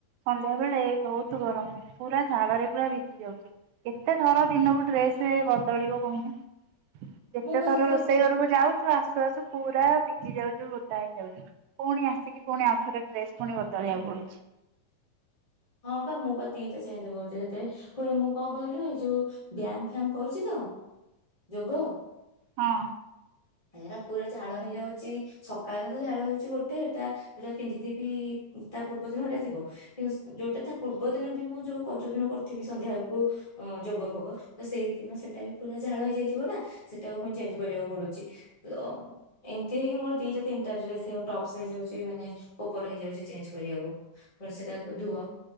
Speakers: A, on the right (about 85°); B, on the left (about 25°).
A: ସନ୍ଧ୍ୟା ବେଳେ ବହୁତ ଗରମ ପୁରା ଝାଳରେ ପୁରା ଭିଜି ଯାଉଛି କେତେ ଥର ଦିନକୁ ଡ୍ରେସ ବଦଳିବ କହୁନୁ। ଯେତେ
B: ମୁଁ ପା
A: ଥର
B: ସେଥିପାଇଁ
A: ରୋଷେଇ
B: କହି
A: ଘରକୁ ଯାଉଛୁ ଆସ ଆସୁ ଆସୁ ପୁରା ଭିଜି ଯାଉଛୁ। ଓଦା ହେଇ ଯାଉଛି ପୁଣି ଆସିକି ପୁଣି ଆଉଥରେ ଡ୍ରେସ ପୁଣି ବଦଳିବାକୁ ପଡୁଛି।
B: ହଁ ବା ମୁଁ ବା ଦିଟା ଚେଞ୍ଜ କରୁଛି ସେତେ ପୁଣି ମୁଁ କଣ କହିଲୁ ଏଇ ଯୋଉ ବ୍ୟାୟାମ ଫ୍ୟାାମ କରୁଛି ତ ଯୋଗ।
A: ହଁ।
B: ଏଟା ପୁରା ଝାଳ ହେଇଯାଉଛି ସକାଳ ତ ଝାଳ ହେଉଛି ଗୋଟେ ଏଟା ଯଉଟା ପିନ୍ଧିଥିବି ତା ପୂର୍ବ ଦିନ ଏଇଟା ଥିବ କିନ୍ତୁ ଯୋଉଟା ତା ପୂର୍ବ ଦିନ ବି ମୁଁ ଯୋଉ ଯୋଉ ଦିନ କରିଥିବି ସନ୍ଧ୍ୟାବେଳକୁ ଯୋଗ ଭୋଗ ତ ସେଇ ଦିନ ସେଟା ବି ପୁରା ଝାଳ ହେଇଯାଇଥିବ ନା ସେଟାକୁ ପୁଣି ଚେଞ୍ଜ କରିବାକୁ ପଡୁଛି ତ ଏମିତି ହେଇକି ମୋର ଦିଟା ତିନିଟା ଡେସ୍ ଟପ୍ସ୍ ହେଇଯାଉଛି ମାନେ ଉପର ହେଇଯାଉଛି ଚେଞ୍ଜ କରିବାକୁ ପୁଣି ସେଟା ଧୁଅ